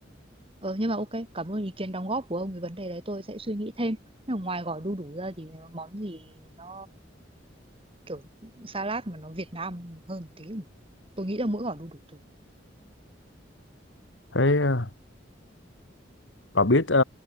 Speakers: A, on the right; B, on the left.
A: Ờ nhưng mà ok, cảm ơn ý kiến đóng góp của ông về vấn đề đấy tôi sẽ suy nghĩ thêm. Nhưng mà ngoài gọi đu đủ ra thì món gì nó kiểu salad mà nó Việt Nam hơn một tí tôi nghĩ là mỗi gói đu đủ tôi
B: thế ờ, bà biết ờ,